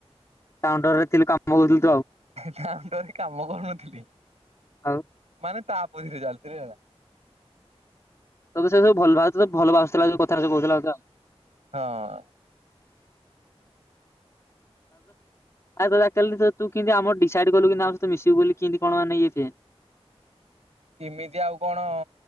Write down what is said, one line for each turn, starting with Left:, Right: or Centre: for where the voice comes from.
Left: ତା ଅଣ୍ଡରରେ ଥିଲି କାମ କରୁଥିଲି।
Right: ତା ଅଣ୍ଡରରେ କାମ କରୁନଥିଲି
Left: ଆଉ
Right: ମାନେ ତା ପରେ ଚାଲିଥିଲେ ହେଲା।
Left: ତତୋ ସେ ସବୁ ଭଲ ଭାବ ଭଲ ଭାବୁଥିଲା କଥାରେ ସ କହୁଥିଲା ଆଉ।
Right: ହଁ।
Left: ଆତ ଅକ୍ଟ୍ୟୁଲି ତୁ କିନ୍ତି ଆମର୍ ଡିସାଇଡ୍ କଲୁ ଆମ ସହିତ ମିଶିବୁ ବୋଲି କିିନ୍ତି କଣ ମାନେ ଇଏ
Right: କେମିତି ଆଉ କଣ